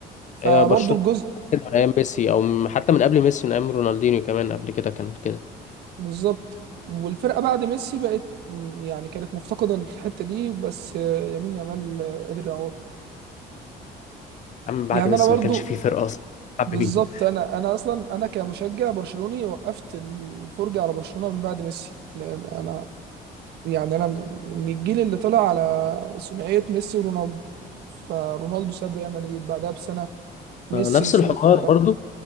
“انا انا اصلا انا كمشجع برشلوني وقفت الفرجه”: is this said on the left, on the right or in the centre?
Right